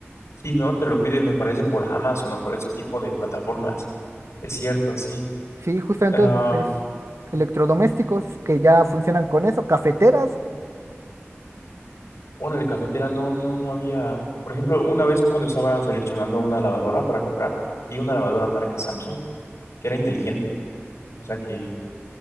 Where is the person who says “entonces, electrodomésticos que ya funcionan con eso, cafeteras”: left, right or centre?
Right